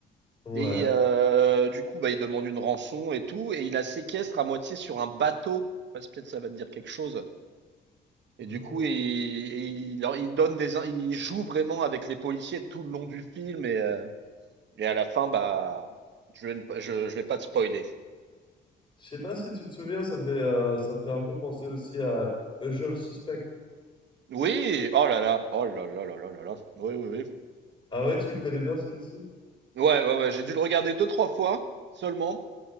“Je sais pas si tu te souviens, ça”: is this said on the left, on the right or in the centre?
Left